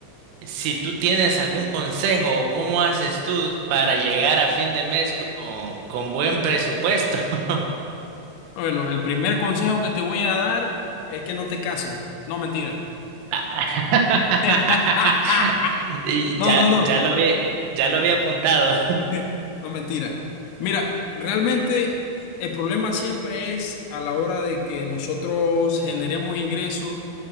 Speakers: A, on the right; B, on the left.
A: si tú tienes algún consejo o cómo haces tú para llegar a fin de mes con, con buen presupuesto. <laughs>
B: Bueno, el primer consejo que te voy a dar es que no te cases. No, mentira.
A: <laughs>
B: <laughs>
A: Y
B: No,
A: ya,
B: no, no.
A: ya lo había, ya lo había apuntado.
B: <laughs> No, mentira. Mira, realmente el problema siempre es a la hora de que nosotros generemos ingresos,